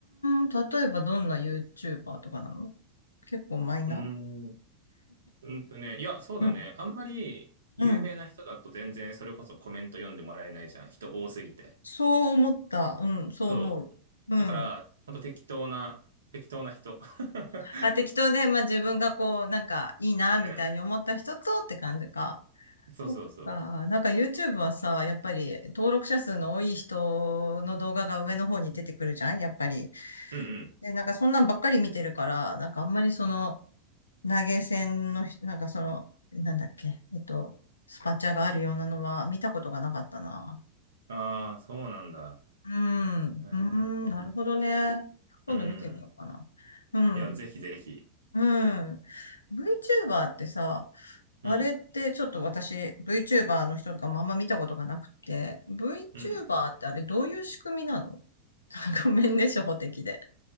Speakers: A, on the left; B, on the right.
A: ん、例えばどんな YouTuber とかなの結構マイナ
B: う。うーん。うんとね、いや、そうだね。
A: ー <laughs> うん、
B: あんまり有名な人だと全然それこそコメント読んでもらえないじゃん。
A: うん。
B: 人多すぎて。
A: そう思った。うん、そう思う。
B: そう。
A: うん。
B: だから、ほんと適当な、適当な人。<laughs>
A: あ、適当で、まあ自分がこう、なんかいいな、
B: うん。
A: みたいに思った人とって感じか。
B: そうそうそう。
A: そっか。なんか YouTube はさ、やっぱり登録者数の多い人の動画が上の方に出てくるじゃんやっぱり。
B: うん
A: で、なんかそんなんばっかり見てるから、なんかあんまりその、投げ銭のひ、なんかその、なんだっけ、えっと、スパチャがあるようなのは見たことがなかったな。
B: うん。ああ、そうなんだ。
A: うん、
B: うーん。
A: うん、うんなるほどね。今度見てみようかな。
B: うん。
A: うん、
B: いや、ぜひぜひ。
A: うん。VTuber ってさ、
B: うん。
A: あれってちょっと私、VTuber の人とかもあんま見たことがなくて、VTuber
B: うん。
A: ってあれどういう仕組みなの <laughs> ごめんね、初歩的で。